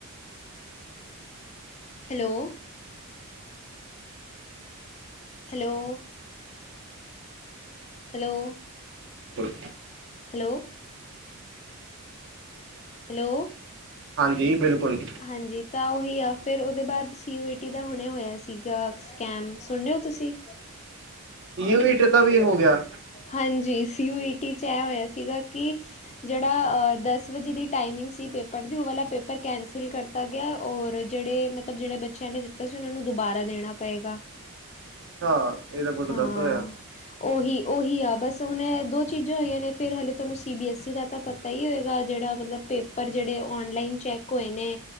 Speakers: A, on the left (about 30°); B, on the right (about 55°).
A: hello hello hello
B: ਪਰ
A: ਹੈਲੋ ਹੈਲੋ
B: ਹਾਂਜੀ ਬਿਲਕੁਲ
A: ਹਾਂਜੀ ਤਾਂ ਉਹੀ ਆ ਫਿਰ ਉਹਦੇ ਬਾਅਦ ਸੀ ਯੂ ਈ ਟੀ ਦਾ ਹੁਣੇ ਹੋਇਆ ਸੀਗਾ। ਸਕੈਮ ਸੁਣ ਰਹੇ ਹੋ ਤੁਸੀਂ
B: ਈ ਯੂ ਮੀਟਰ ਦਾ ਵੀ ਹੋ ਗਿਆ
A: ਹਾਂਜੀ ਸੀ ਯੂ ਈ ਟੀ 'ਚ ਇਹ ਹੋਇਆ ਸੀਗਾ ਕਿ ਜਿਹੜਾ ਦਸ ਵਜੇ ਦੀ ਟਾਈਮਿੰਗ ਸੀ ਪੇਪਰ ਦੀ ਉਹ ਵਾਲਾ ਪੇਪਰ ਕੈਂਸਲ ਕਰ ਦਿੱਤਾ ਗਿਆ ਔਰ ਜਿਹੜੇ ਮਤਲਬ ਜਿਹੜੇ ਬੱਚਿਆਂ ਨੇ ਦਿੱਤਾ ਸੀ ਉਹਨਾਂ ਨੂੰ ਦੁਬਾਰਾ ਦੇਣਾ ਪਏਗਾ।
B: ਅੱਛਾ ਇਹ ਤਾਂ ਬਹੁਤ
A: ਹਾਂ
B: ਗਲਤ ਹੋਇਆ
A: ਉਹੀ ਉਹੀ ਆ ਬਸ ਹੁਣ ਇਹ ਦੋ ਚੀਜ਼ਾਂ ਹੋਈਆਂ ਨੇ ਫਿਰ ਹਾਲੇ ਤੁਹਾਨੂੰ ਸੀ ਬੀ ਐੱਸ ਈ ਦਾ ਤਾਂ ਪਤਾ ਹੀ ਹੋਏਗਾ ਜਿਹੜਾ ਮਤਲਬ ਪੇਪਰ ਪੇਪਰ ਜਿਹੜੇ ਓਨਲਾਈਨ ਚੈੱਕ ਹੋਏ ਨੇ